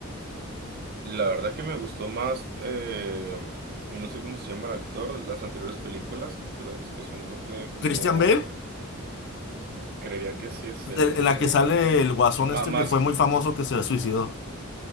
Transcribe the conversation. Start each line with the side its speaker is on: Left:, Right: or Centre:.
Right: La verdad que me gustó más, eh, no sé cómo se llama el actor, las anteriores películas, las que son de como,
Left: ¿Christian Bale?
Right: creería que sí es
Left: de-
Right: él, no
Left: en
Right: estoy
Left: la
Right: seguro.
Left: que sale el guasón
Right: Má-
Left: este
Right: más,
Left: que fue muy famoso que se suicidó.